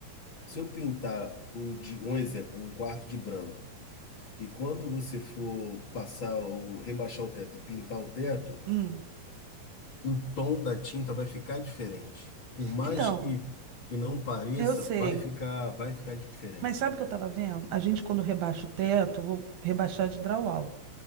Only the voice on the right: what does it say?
hum.
Então,
eu sei.
Mas sabe o que eu estava vendo? A gente, quando rebaixa o teto, eu vou rebaixar de drywall.